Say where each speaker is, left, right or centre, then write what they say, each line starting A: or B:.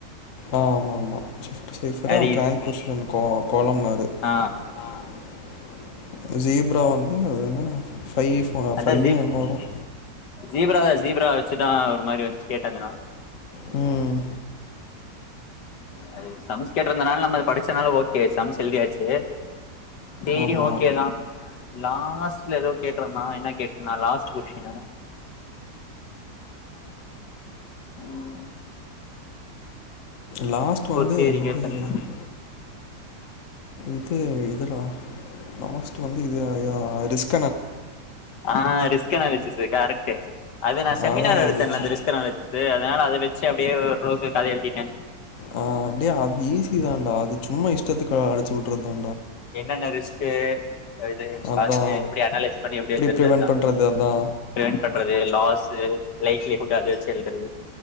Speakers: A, on the left; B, on the left.
A: ஆ ஆமா மா <unintelligible>
B: அது
A: டிரான்சிப்டியன் கோல மாதிரி <inaudible> <unintelligible>
B: ஆ
A: வந்து ஃபை <unintelligible>
B: அதான்
A: ஃபை
B: ஜீப்
A: எங்க வரும்
B: ஜீப்ரா ஜீப்ரா வச்சுதான் ஒரு மாதிரி வந்துச்சு கேட்டேது நா
A: ம்
B: அது சம்ஸ் கேட்ருந்தனால நம்ம அத படிச்சதுனால ஓகே சம்ஸ் எழுதியாச்சு சேரி
A: ஆமாம்
B: ஓகேதான் லாஸ்ட்ல ஏதோ கேக்கணுமா என்ன கேக்கணு நா லாஸ்ட்டு கொஷ்ஷினு ம்
A: லாஸ்ட்டு வந்து
B: தியரி
A: என்னது
B: கேட்டிருந்தா
A: இது இதுரா லாஸ்ட்டு வந்து இது யா ரிஸ்
B: ஹான் ரிஸ்க் அனாலிசிஸ் கரெக்ட்டு அது நான் செமினார்
A: அதா நா
B: எடுத்தேன்ல
A: லூசு
B: அந்த ரிஸ்க் அனாலிசிஸ் அதனால அது வெச்சு அப்டியே க்ளோசா கத எழுதிட்டே
A: ஆ டே அது ஈஸி தான்டா அது சும்மா இஷ்டத்துக்கு அடிச்சி உட்றது தா
B: என்னென்ன ரிஸ்க்கு <unintelligible>
A: அதா
B: பாத்து எப்டி அனலைஸ் பண்ணி எப்டி இருக்குறது
A: ப்ரிவென்ட்
B: அதா
A: பண்றது அதா
B: ப்ரிவென்ட் பண்றது லாஸ்சு <unintelligible> குட் ஹபிட்ஸ் கேள்ரது